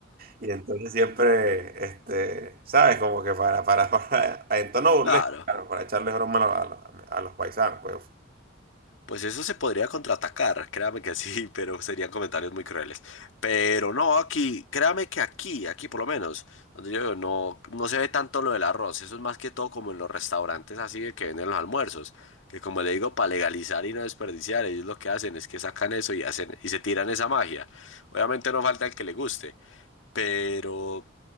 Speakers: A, on the right; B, on the left.
A: Y entonces siempre, este, ¿sabes? Como que para, para, para, <laughs> en tono burlesco,
B: Claro.
A: claro, para echarle broma a, los- a los paisanos, pues.
B: Pues eso se podría contraatacar, créame que sí, <laughs> pero serían comentarios muy crueles. Pero no, aquí, créame que aquí, aquí por lo menos, donde yo vivo, no, no se ve tanto lo del arroz, eso es más que todo como en los restaurantes así de que venden los almuerzos, que como le digo, para legalizar y no desperdiciar, ellos lo que hacen es que sacan eso y hacen, y se tiran esa magia. Obviamente no falta el que le guste, pero